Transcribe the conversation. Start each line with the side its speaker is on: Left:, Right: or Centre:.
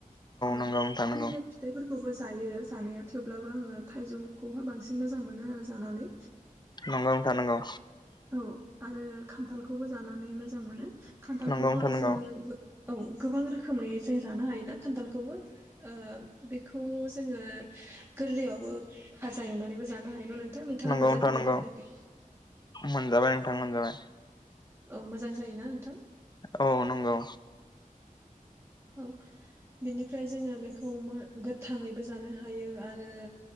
Right: ओ
Left: नामा नोंथाङा
Right: बेलेग
Left: औ
Right: फिथाइफोरखौबो जायो जानाया थेवब्लाबो आङो थाइजौ खौहाय बांसिन मोजां मोनो आरो जानानै।
Left: नोंगौ नोंथां नोंगौ
Right: औ आरो खान्थालखौबो जानानै मोजां मोनो खान्थालखौबो
Left: नंगौ नोंथां नंगौ नोंथां नंगौ
Right: जोङो औ गोबां रोखोमै जों जानो हायोना खान्थालखौबो ओ बेखौ जोङो गोरलैयावबो भाजा एवनानैबो जानो हाय न' नोंथां नोंथाङा
Left: नंगौ
Right: मोनजाफेरदेरना
Left: नोंथां नंगौ
Right: फेराखै?
Left: मोनजाबाय नोंथां मोनजाबाय।
Right: औ मोजां जायोना नोंथां?
Left: औ नंगौ।
Right: औ बिनिफ्राय जोङो बेखौ मो गोथाङैबो जानो हायो आरो